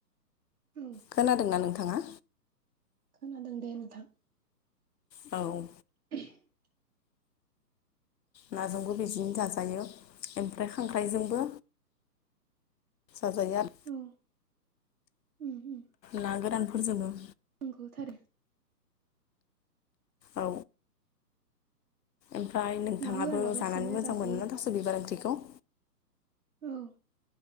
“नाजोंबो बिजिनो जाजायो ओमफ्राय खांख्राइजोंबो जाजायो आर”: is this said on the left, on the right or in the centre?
Left